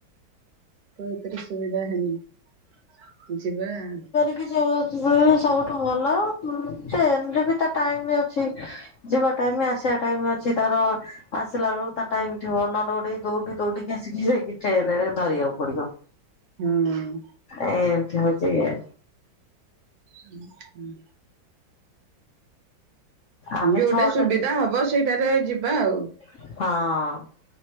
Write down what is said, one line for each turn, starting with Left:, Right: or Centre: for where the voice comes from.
Right: କଉଥିରେ ସୁବିଧା ହେନେ ଯିବା ଆ।
Left: ଯୋ <unintelligible> ସବୁଠୁ ଭଲ ଟ୍ରେନ ବି ତା ଟାଇମ ଅଛି। ଯିବା ଟାଇମ ଆସିବା ଟାଇମ ଅଛି ତାର ଆସିଲା ବେଳୁ ତା ଟାଇମ ଥିବ ନଡୋଡେଇ ଦୌଡି ଦୌଡିକି ଆସିକି ଯାଇକି ଟ୍ରେନରେ ଧରିବାକୁ ପଡିବ।
Right: ହୁଁ
Left: ଏମିତି ହଉଛି ଇଏ।
Right: ହୁଁ ହୁଁ
Left: ଆମେ
Right: ଯୋଉଟା
Left: ଛଅଟା
Right: ସୁବିଧା ହବ ସେଇଟାରେ ଯିବା ଆଉ।
Left: ହଁ।